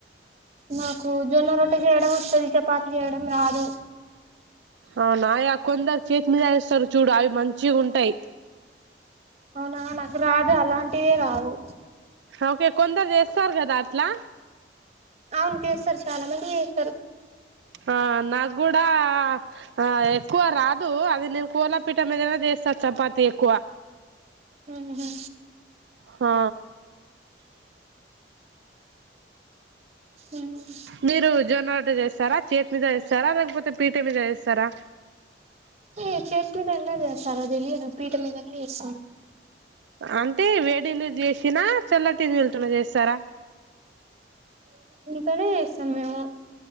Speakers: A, on the right (about 35°); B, on the right (about 75°).
A: మాకు జొన్న రొట్ట చేయడం వస్తుది చపాతి చేయడం రాదు
B: అవునాయా కొందరు చేతినిదారస్తారు చూడు అవి మంచి ఉంటాయి
A: అవునా నాకు రాదు అలాంటివే రావు
B: ఓకే కొందరు చేస్తారు కదా అట్లా
A: అవును చేస్తారు చాలా మంది చేస్తారు
B: ఆ నాకు కూడా ఆ ఎక్కువ రాదు అది నేను కొలపీట మీద చేస్త సార్ చపాతీ ఎక్కువ
A: ఉహూ
B: ఆ
A: ఉమ్
B: మీరు జొన్న రొట్టె చేస్తారా చేతి మీద చేస్తారా లేకపోతే పీఠె మీద చేస్తారా
A: అ చేసుకుంటే ఎందులో చేస్తారు తెలియదు పీఠ మీదనే చేస్త
B: అంటే వేడిని నీటి చేసినా చల్లటి నీళ్ళతోని చేస్తారా
A: తడే చేస్తాము మేము